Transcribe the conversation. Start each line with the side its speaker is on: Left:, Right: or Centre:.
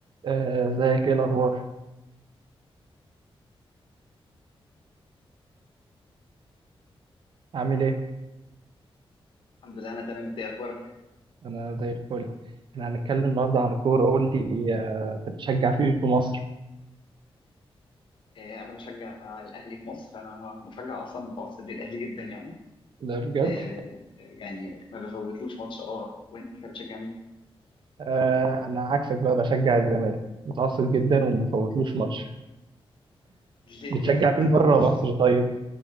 Right: آه، ازيك ايه الاخبار عامل ايه
Left: الحمد لله انا تمام انت إيه اخبارك
Right: انا زي الفل احنا هنتكلم النهارده عن الكوره قول لي آه، انت بتشجع فيه في مصر
Left: آه، انا بشجع الاهلي في مصر انا مشجع اصلا متعصب للاهلي جدا يعني
Right: ده بجد
Left: آه، آه، يعني ما بفوتلوش ماتش اه وانت بتشجع مين
Right: آه، انا عكسك بقى بشجع الزمالك متعصب جدا وما بفوتلوش ماتش
Left: ليه
Right: بتشجع
Left: كده
Right: مين
Left: <laughs>
Right: بره مصر طيب